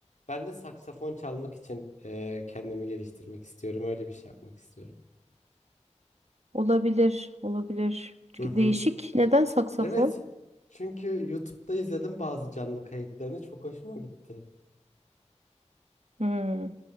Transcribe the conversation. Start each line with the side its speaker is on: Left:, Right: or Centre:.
Left: Ben de saksafon çalmak için e, kendimi geliştirmek istiyorum. Öyle bir şey yapmak istiyorum.
Right: Olabilir, olabilir. Çünkü
Left: Hı hı.
Right: Değişik. Neden saksafon?
Left: Evet. Çünkü YouTube'da izledim bazı canlı kayıtlarını. Çok hoşuma gitti.
Right: Hmm.